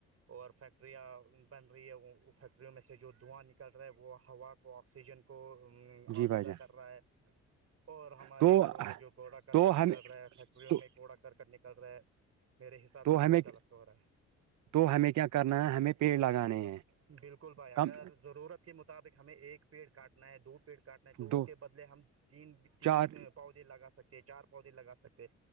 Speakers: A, on the right (about 50°); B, on the right (about 70°).
A: اور فیکٹریاں بن رہی ہے فیکٹریوں میں سے جو دھواں نکل رہا ہے وہ ہوا کو آکسیجن کو
B: جی
A: آلودہ
B: بھائی جان
A: کر رہا ہے اور ہمارے
B: تو
A: گھروں میں جو کوڑا کرکٹ
B: تو
A: نک
B: ہمیں
A: کرل رہا ہے فیکٹریوں
B: تو
A: میں کوڑا کرکٹ نکل رہا ہے میرے حساب
B: تو
A: سے
B: ہمیں
A: بہت غلط ہو رہا ہے
B: تو ہمیں کیا کرنا ہے ہمیں پیڑ لگانے ہیں
A: بالکل بھائی اگر
B: کم
A: ضرورت کے مطابق ہمیں ایک پیڑ کاٹنا ہے دو پیڑ کاٹنا ہے تو اس
B: دو
A: کے بدلے ہم تین تین
B: چار
A: پودے لگا سکے چار پودے لا سکتے